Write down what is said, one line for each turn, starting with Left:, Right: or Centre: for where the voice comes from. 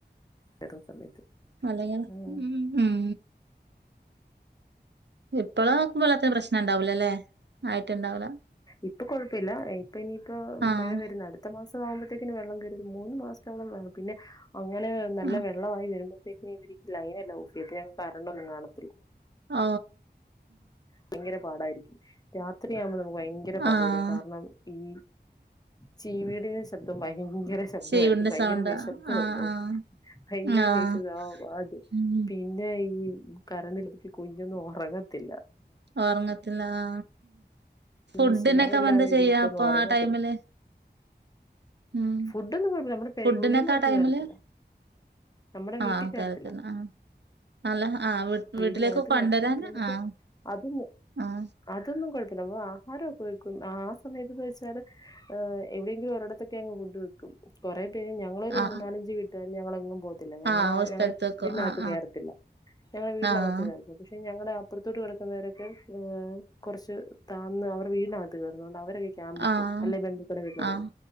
Left: ചില സമയത്ത്
Right: അല്ലെങ്കിൽ
Left: ഉം
Right: ഉം ഇപ്പളാ വെള്ളത് പ്രശ്നം ഇണ്ടാവൂലല്ലേ ആയിട്ട്ണ്ടാവൂല
Left: ഇപ്പൊ കൊഴപ്പല്ല ഇപ്പൊ ഇനിയിപ്പോ
Right: ആഹ്
Left: മഴ വരുന്ന അടുത്ത മാസം ആുമ്പോഴത്തേക്കിന് വെള്ളം കരുത് മൂന്ന് മാസത്തോളം വേ പിന്നെ അങ്ങനെ നല്ല
Right: ആഹ്
Left: വെള്ളമായി വരുമ്പോ വര് ലൈനെല്ലാം ഓഫീത് ഞങ്ങക്ക് കരണ്ടൊന്നും കാണത്തില്ല
Right: ആ
Left: ഭയങ്കര പാടായിരിക്കും രാത്രിയാവുമ്പോ നമുക്ക് ഭയങ്കര പാടു
Right: ആഹ്
Left: വരും കാരണം ഈ ചീവീടി ശബ്ദം ഭയങ്കര ശബ്ദമായിരിക്കും
Right: ചീവ്ന്റെ
Left: ഭയങ്കര
Right: സൗണ്ട്
Left: നിശബ്ദ
Right: ആഹ്
Left: അല്ലേ
Right: ആഹ്
Left: ഭയങ്കര
Right: ആഹ്
Left: ദേഷ്യ ആവു ആത്
Right: ഉം
Left: പിന്നെ ഈ കരണ്ടില്ലെങ്കി കുഞ്ഞൊന്നും ഒറങ്ങത്തില്ല
Right: ഓറങ്ങത്തില്ല ആ ഫുഡിനൊക്കെ
Left: വീശി നാരില്ലാതെ
Right: എന്താ
Left: ഇതിങ്ങക്കൊന്നും
Right: ചെയ്യാ അപ്പൊ
Left: ഉറങ്ങത്തില്ല
Right: ആ ടൈമില് ഉം
Left: ഫുഡ് ഒന്നും കുഴപ്പല്ല. നമ്മുടെ പെര്
Right: ഫുഡിനൊക്കെ
Left: വീടിനകത്ത്
Right: ആ ടൈമില്
Left: കയറത്തില്ല നമ്മുടെ വീട്ടിൽ
Right: ആഹ്
Left: കേരത്തില്ല
Right: കേരളത്തില് ആഹ് അല്ല ആഹ് വീ
Left: വീടിനകത്ത്
Right: വീട്ടിലേക്ക് കൊണ്ടരാൻ
Left: കേറത്തില്ല അപ്പൊ നമുക്ക്
Right: ആഹ്
Left: അതൊന്ന്
Right: ആഹ്
Left: അതൊന്നും കുഴപ്പ ന ആഹാരംക്കെക്കും ആ സമയത്ത്ന്ന് വെച്ചാൽ് എവിടെയെങ്കിലും ഒരിടത്ത ങ് ഫുഡ് വെക്കും കൊറേപേര് ഞങ്ങളൊരു
Right: ആഹ്
Left: മൂന്നാലഞ്ചു വീട്ട്കാര് ഞങ്ങളെങ്ങും പോവ ഞങ്ങളെ
Right: ആഹ്
Left: ആ
Right: ഓ സ്ഥലത്തേക്കും
Left: ഞങ്ങളടെ വീടിനകത്ത്
Right: ആഹ്
Left: കേറത്തില്ല ഞങ്ങളെ വീടിനകത്ത്
Right: ആഹ്
Left: കേറികാ പക്ഷെ ഞങ്ങളെ അപ്പുറത്തോട്ട് വീട് വെക്കുന്നവര് ഏ കുറച്ച് താന്ന അവർ വീടിനകത്ത് കേറുന്നത്കൊണ്ട് അവ അല്ലെങ്കി ക്യാമ്പിപ്പോവു
Right: ആഹ്
Left: അല്ലെങ്കി ബന്ധുക്കടെ വീട്ടിലൊക്കെപോവും
Right: ആഹ്